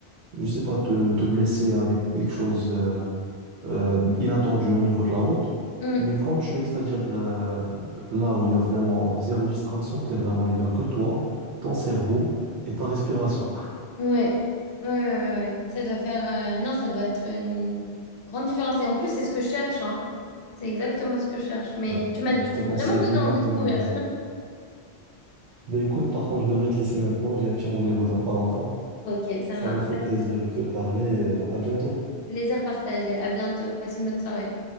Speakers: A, on the right (about 85°); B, on the left (about 60°).
A: je sais pas, te, te blesser avec quelque chose euh, euh, inattendu au niveau de la route.
B: Mm.
A: Mais quand tu es, c'est-à-dire euh, là où il y a vraiment zéro distraction, t'es vraiment, il y a que toi, ton cerveau et ta respiration.
B: Ouais. Ouais, ouais, ouais, ouais. Ça doit faire, euh, non, ça doit être une grande différence. Et en plus, c'est ce que je cherche, hein. C'est exactement ce que je cherche. Mais
A: Ouais,
B: tu m'as
A: Bah, je te
B: vraiment
A: conseille
B: donné
A: vivement
B: envie
A: quand
B: de courir.
A: même de Ben écoute, par contre, je devrais te laisser maintenant. J'ai un petit rendez-vous dans pas longtemps.
B: Ok, ça
A: Ça
B: marche,
A: m'a fait
B: pas
A: plaisir
B: de souci.
A: de te parler. euh, À bientôt.
B: Plaisir partagé. À bientôt. Passe une bonne soirée.